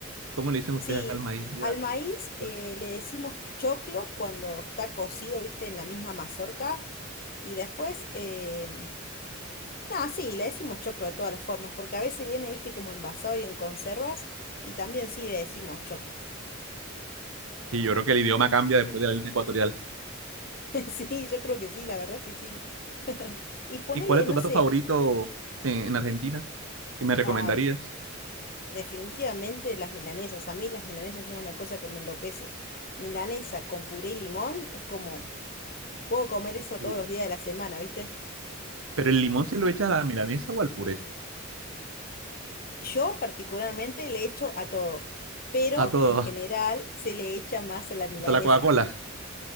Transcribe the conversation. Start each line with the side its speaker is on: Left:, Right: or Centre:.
Right: ¿Cómo le dicen ustedes
Left: Sí,
Right: al maíz allá?
Left: al maíz eh,
Right: Yo-
Left: le decimos choclo cuando está cocido, viste, en la misma mazorca. Y después, eh, nada, sí, le decimos choclo de todas las formas, porque a veces viene, viste, como envasado y en conservas. Y también sí le decimos choclo.
Right: Sí, yo creo que el idioma cambia después de la línea ecuatorial.
Left: <laughs> Sí, yo creo que sí, la verdad es que sí. <laughs> Y ponele,
Right: ¿Y cuál es tu
Left: no
Right: plato
Left: sé,
Right: favorito en, en Argentina? que me recomendarías?
Left: ah, Definitivamente las milanesas. A mí las milanesas es una cosa que me enloquece. Milanesa con puré y limón es como, puedo comer eso
Right: Puro.
Left: todos los días de la semana, ¿viste?
Right: ¿Pero el limón se lo echa a la milanesa o al puré?
Left: Yo particularmente le echo a todo, pero
Right: A todo,
Left: en general se le echa más a la milanesa.
Right: hasta la Coca-Cola,